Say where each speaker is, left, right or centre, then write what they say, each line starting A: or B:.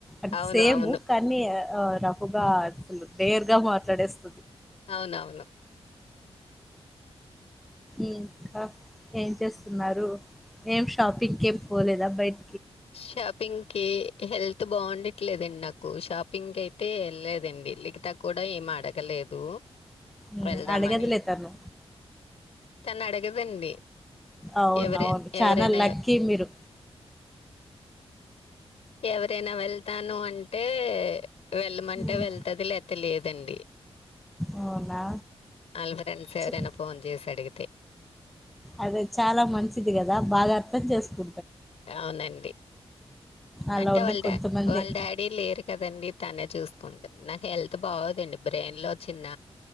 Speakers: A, in the centre; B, on the left.
A: అ
B: అవును
A: సేము
B: అవును
A: కానీ ఆ రహుగా అసలు బేర్ గా మాట్లాడేస్త
B: అవునవును
A: ఇంకా ఏం చేస్తున్నారు ఏం షాపింగ్కే పోలేదా బయట
B: షాపింగ్ కి హెల్త్ బాగుండట్లేదండి నాకు షాపింగ్ అయితే వెళ్లేదండి వెళ్లికిత కూడా ఏం అడగలేదు
A: ఉమ్,
B: వెళ్దామని
A: అడగదులే తను
B: తను అడగదండి
A: అవున
B: ఎవరైనా
A: అవును చాలా
B: ఎవరైనా
A: లక్కీ మీరు
B: ఎవరైనా వెళ్తాను అంటే అంటే వెళ్ళమంటే
A: ఉమ్,
B: వెళ్తది లేతే లేదండి
A: అవునా
B: అల్ ఫ్రెండ్స్ఎవరన్న
A: చ-
B: ఫోన్ చేసి అడిగితే
A: అదే చాలా మంచిది కదా బాగా అర్థం చేసుకు
B: అవునండి
A: అలా
B: అంటే
A: ఉండేది
B: వాళ్ళ డా
A: కొంతమంది
B: వాళ్ళ డాడీ లేరు కదండి తనే చూసుకుంటంది నాకు హెల్త్ బాగు అదండి బ్రెయిన్ లో చిన్న